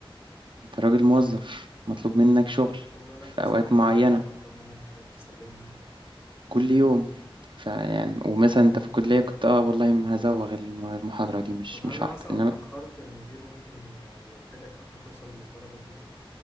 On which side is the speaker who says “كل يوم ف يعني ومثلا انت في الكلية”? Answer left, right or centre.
Right